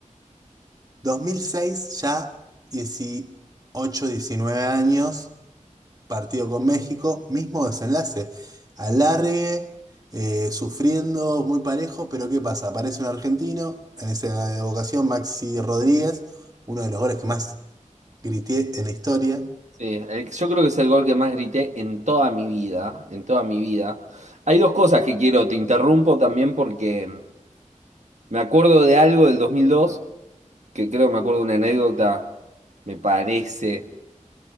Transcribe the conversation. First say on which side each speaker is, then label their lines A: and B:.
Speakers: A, on the right; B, on the right.
A: 2006, ya 18, 19 años, partido con México, mismo desenlace. Alargue, eh, sufriendo, muy parejo, pero ¿qué pasa? Aparece un argentino, en esa ocasión Maxi Rodríguez, uno de los goles que más grité en la historia,
B: Sí, el- yo creo que es el gol que más grité en toda mi vida, en toda mi vida. Hay dos cosas que quiero, te interrumpo también porque me acuerdo de algo del 2002, que creo me acuerdo de una anécdota, me parece